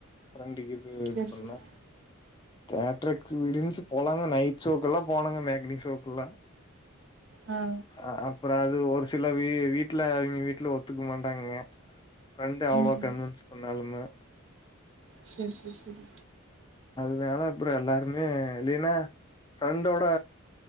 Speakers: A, on the left; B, on the right.
A: ஃபிரண்டுகு து இது
B: சரி
A: பண்ணா
B: சரி
A: தெட்டர்கு <unintelligible> போளாங்க நைட்ஷோக்கு ல்லா போனங்க மேக்னி ஷோக்குல்லா
B: ஆ
A: ஆ ப்றோ அது ஒரு சில வீ வீட்ல எங்க வீட்ல ஒத்துக்க மாட்டாங்க ப்ரெண்டு அவ்ளோ
B: ம்
A: கன்வன்ஸ் பண்ணாலுமு
B: சர் சர் செரி
A: <unintelligible> அப்றோ எல்லாருமே இல்லீனா ஃப்ரெண்டோட